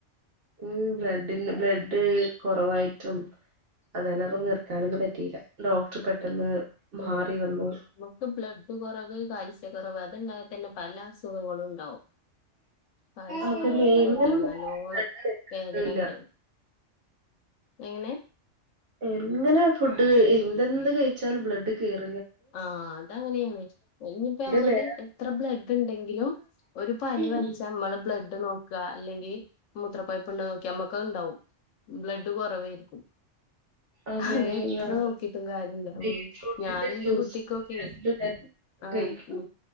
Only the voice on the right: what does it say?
ഉം ബ്ലഡി ബ്ലഡ് കുറവായിട്ടും അത്കാരണൊന്ന് നിർത്താനൊന്നും പറ്റിയില്ല ഡോക്ടർ പെട്ടെന്ന് മാറി
വന്നു
അതല്ലേ
എങ്ങനെ
ബ്ലഡ്
ഇല്ല
എങ്ങനാ ഫുഡ് എന്തെന്ത് കഴിച്ചാലും ബ്ലഡ് കേറു
നേരം
ഉം
അതെ
ഞാൻ
ബീറ്റ്റൂട്ടിന്റെ
ജ്യൂസ്
രണ്ട് നേരം
കഴിക്കും